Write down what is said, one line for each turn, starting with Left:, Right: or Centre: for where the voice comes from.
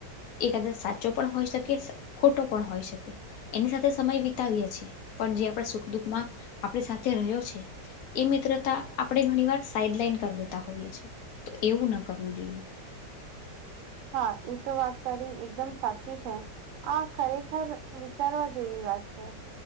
Left: એ કદાચ સાચો પણ હોઈ શકે ખોટો પણ હોઈ, શકે એની સાથે સમય વિતાવીએ છે. પણ જ્યા પ્રસ સુ દુખ આપ સાથે રહ્યો છે. એ મિત્રતા આપ ઘણી વાર સાઈડ, લન કરી દેતા હોય તો એવુના કરવુ, જોઈએ
Right: હા, એ તો વાત તારી એકદમ સાચી છે. હા, ખરેખર વિચારવા જેવી વાત છે.